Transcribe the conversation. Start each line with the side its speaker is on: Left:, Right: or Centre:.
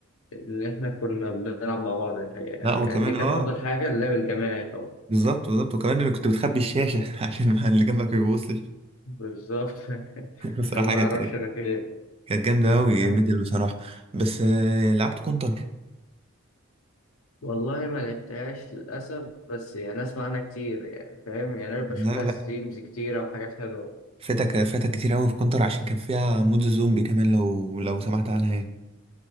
Left: إن إحنا كنا بنلعب مع بعض الحقيقة
Right: لا
Left: يعني
Right: وكمان
Left: دي كانت
Right: اه
Left: أفضل حاجة اللعب الجماعي طبعا
Right: بالظبط بالظبط وكمان اللي كنت بتخبي الشاشة <laughs> عشان ما اللي جنبك ما يبصش
Left: بالظبط <laughs>
Right: <laughs> بصراحة
Left: عشان ما
Right: كانت
Left: أعرفش أنا فين
Right: كانت جامدة أوي
Left: يعني.
Right: ميدل بصراحة بس آه، لعبت كونتر
Left: والله ما لعبتهاش للأسف بس يعني أسمع عنها كتير يعني فاهم يعني أنا بشوف
Right: لا
Left: لها
Right: لا
Left: ستريمز كتيرة وحاجات حلوة
Right: فاتك فاتك كتير أوي في كونتر عشان كان فيها مود الزومبي كمان لو لو سمحت عنها يعني